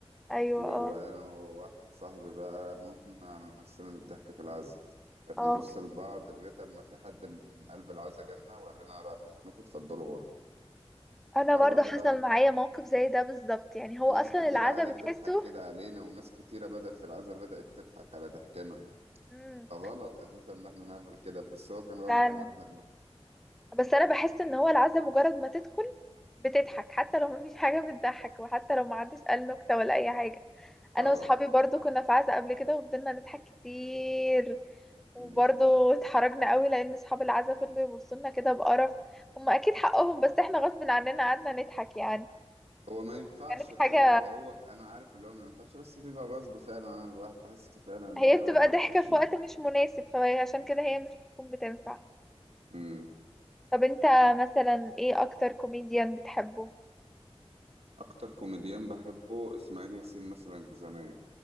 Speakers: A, in the centre; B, on the right.
A: أيوه
B: و...
A: اه
B: وأنا وواحد صاحبي بقى متنا على نفسنا من الضحك في العزا بنبص
A: اه
B: لبعض لغاية أما في حد من قلب العزا جالنا وقال لنا بعد إذنكم اتفضلوا بره
A: أنا
B: طبعا
A: برضو حصل
B: بقى
A: معايا موقف زي ده بالظبط يعني هو
B: ناس
A: أصلا
B: كتير
A: العزا
B: قعدت
A: بتحسه
B: تضحك كده علينا وناس كتيرة بدأت في العزا بدأت تضحك على ضحكنا
A: مم.
B: فغلط أساسا إن إحنا نعمل كده بس هو كان غصب
A: فعلا
B: عننا
A: بس أنا بحس إن هو العزا مجرد ما تدخل بتضحك حتى لو مفيش حاجة بتضحك وحتى لو محدش قال نكتة ولا أي حاجة أنا
B: آه
A: وصحابي برضو كنا في عزا قبل كده وفضلنا نضحك كتير وبرضو
B: مم.
A: اتحرجنا قوي لأن أصحاب العزا فضلوا يبصولنا كده بقرف هما أكيد حقهم بس احنا غصب عننا قعدنا نضحك يعني
B: هو ما ينفعش
A: كانت
B: طيب
A: حاجة
B: هو أنا عارف اللي هو ما ينفعش بس بيبقى غصب فعلا عن الواحد تحس فعلا إن
A: هي
B: أنت أول
A: بتبقى
B: ما
A: ضحكة
B: تخش
A: في وقت مش مناسب فعشان كده هي مش بتكون بتنفع
B: مم.
A: طب انت مثلا ايه أكتر كوميديان بتحبه؟
B: أكتر كوميديان بحبه إسماعيل ياسين مثلا زمان